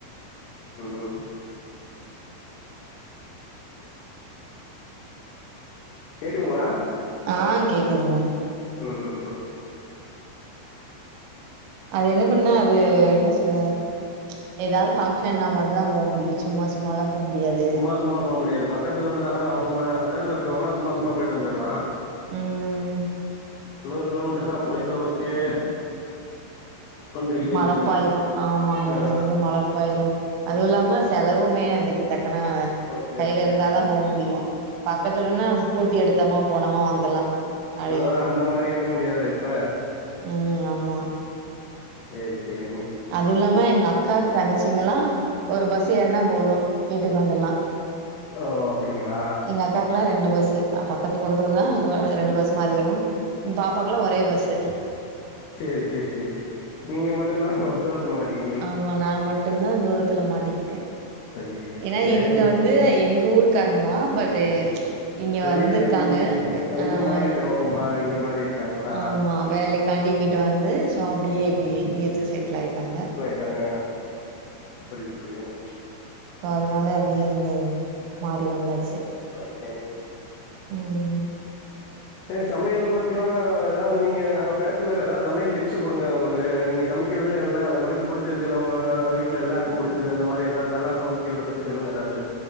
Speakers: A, on the left; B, on the right.
A: ம் கேக்குதுங்களா
B: ஆ கேக்குதுங்க
A: ம் ம் ம்
B: அது என்ன பண்ண அது என்ன சொல்ல ஏதாவது பங்க்ஷன்னா மட்டுந்தா போ முடியு சும்மா சும்மாலா போ முடியாது
A: சுத்தமா போ முடியாது பக்கத்துல இருந்தா அவுங்க பக்கத்துல இருக்கவங்கன்னா சும்மா சும்மா போயிட்டு வந்துரலா
B: ம்
A: முண்ணூறு கிலோமீட்டர்னா போயிட்டு வர்றதுக்கே கொண்டைக்கிட்டு
B: மழப்பாயிரு
A: இழுத்துருமே
B: ஆமாங்க
A: ஆ
B: ரொம்ப மழப்பாயிரு அதுவு இல்லாம செலவுமே அதுக்கு தக்கன
A: ஓகே
B: கையில
A: ஓகேங்க
B: இருந்தாதா
A: ஓகேங்க
B: போ முடியு பக்கத்துலனா ஸ்கூட்டி எடுத்தோம்மா போனோமா வந்துர்லாமா அப்டியே
A: ஆ அந்த மாரி இருக்க முடியாது இப்ப
B: ம் ஆமா
A: சேரி சேரிங்க
B: அதுவுல்லாம எங்க அக்கா தங்கச்சிங்கல்லா ஒரு பஸ் ஏறுனா போதும் வீட்டுக்கு வந்துர்லா
A: ஓ அப்டிங்களா
B: எங்க அக்கா க்லா ரெண்டு பஸ் பக்கத்து பக்கத்து ஊர் தா ரெண்டு பஸ் மாறி வருனு ம் பாப்பாக்குலா ஒரே பஸ்ஸு
A: சேரி சேரி சேர் நீங்க மட்டுந்தா ஒரு தூரத்துல மாட்டிகி
B: ஆமா நா மட்டுந் தா தூரத்துல மாட்டிக்கிட்டே
A: ஐய்யய்யோ
B: ஏன்னா
A: சேரிங்க
B: இவுங்க வந்து எங்க ஊருக்காரங்கதா பட்டு இங்க
A: வெளிய
B: வந்துருக்காங்க
A: தங்கி
B: ஒய்
A: இத
B: ஆய்
A: மாறிட்டோ மா இங்க மாறி இருக்காங்களா
B: ஆமா வேலைக்காண்டி இங்கிட்டு வந்து சோ அப்டியே இப்டியே இங்கத்து செட்டில் ஆயிட்டாங்க
A: இதாங்க புரிது புரிதுங்க
B: சோ அதனால அப்டியே இங்க மாறி வந்தாச்சு
A: சேரிங்க
B: ம்
A: சேரி சமையல் பத்திலா ஏதாவது நீங்க நாங்க பேச்சுலர் ஏதாவது சமையல் டிப்ஸ் குடுங்க உங்களுக்கு நீங்க சமைக் சமக்கிறதுலயே நல்லா ஒனக்கு புடிச்சது இல்ல உங்க வீட்ல எல்லாருக்கு புடிச்சது அந்த மாரி ஏதாவது நல்லா சமக்கிறத பத்தி சொல்லுங்க எதாவது